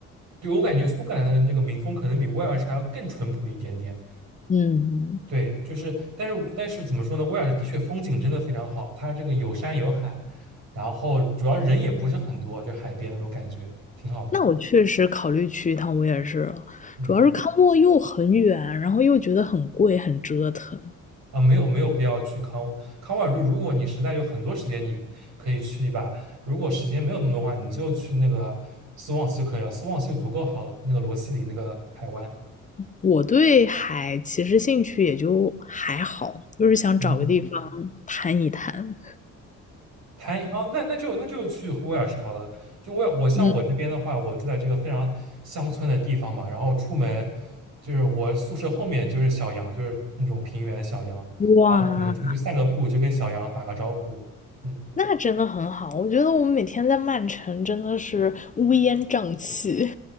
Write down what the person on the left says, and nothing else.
嗯，
那我确实考虑去一趟威尔士了，
主要是康沃又很远，然后又觉得很贵，很折腾。
我对海其实兴趣也就还好，就是想找个地方
探一探。
嗯，
哇，
那真的很好，我觉得我们每天在曼城真的是乌烟瘴气。